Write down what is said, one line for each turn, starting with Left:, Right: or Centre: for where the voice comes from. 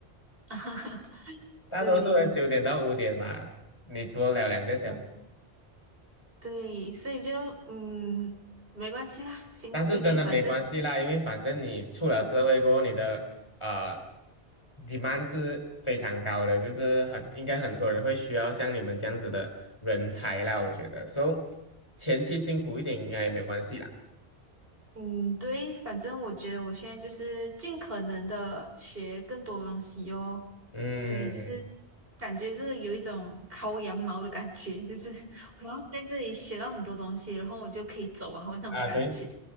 Right: <laughs>
Left: 大多数人九点到五点嘛，
Right: 对，
Left: 你多聊两个小时。
Right: 嗯，对，所以就嗯，没关系啦，辛苦一点，
Left: 但是真的没关系啦，
Right: 反正。
Left: 因为反正你出了社会过后，
Right: 嗯
Left: 你的呃 demand 是非常高的，就是很应该很多人会需要像你们这样子的人才啦，我觉得，so 前期辛苦一点应该也没有关系啦。
Right: 嗯，对，反正我觉得我现在就是尽可能的学更多的东西哟。
Left: 嗯，
Right: 对，就是感觉是有一种薅羊毛的感觉，就是我要在这里学到很多东西，然后我就可以走啊，那种感觉。
Left: 啊对，